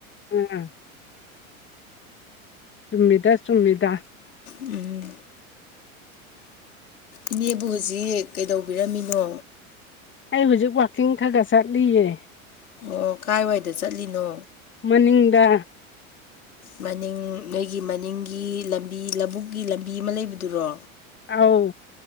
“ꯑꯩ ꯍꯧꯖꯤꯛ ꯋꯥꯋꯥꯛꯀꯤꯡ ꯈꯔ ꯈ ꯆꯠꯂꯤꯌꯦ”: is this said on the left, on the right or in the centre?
Left